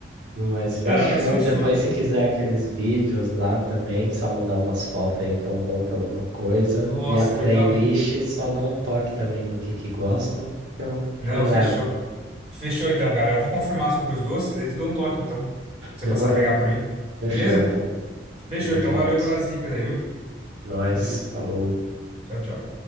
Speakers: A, on the right; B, on the right.
A: Mas fechou.
B: Cara, mas fechou.
A: Depois, se quiser aqueles vídeos lá também, só mandar umas fotos aí que eu monto alguma coisa.
B: Nossa,
A: E a playlist,
B: legal, hein?
A: só dá um toque também no que que gostam, que eu,
B: Não,
A: que eu levo.
B: fechou. Fechou então, cara. Eu vou confirmar sobre os doces, aí te dou um toque, então. Pra Você
A: Demorou?
B: passar a pegar pra mim.
A: Fechou,
B: Beleza?
A: então.
B: Fechou,
A: Tamo
B: então.
A: junto.
B: Valeu pelas dicas aí, viu?
A: Nós,
B: Valeu.
A: falou.
B: Tchau, tchau.